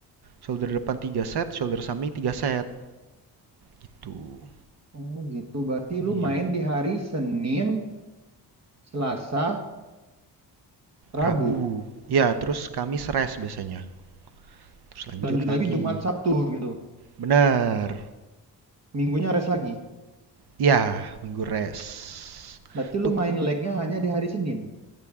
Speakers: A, on the right; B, on the right.
A: shoulder depan 3 set, shoulder samping 3 set. Gitu.
B: Oh gitu, berarti lu
A: Iya.
B: main di hari Senin, Selasa, Rabu.
A: Rabu. Ya, terus Kamis rest biasanya. Terus lanjut
B: Lanjut
A: lagi.
B: lagi Jumat, Sabtu gitu.
A: Benar.
B: Minggunya rest lagi.
A: Ya, Minggu rest.
B: Berarti
A: Itu
B: lu main legnya hanya di hari Senin.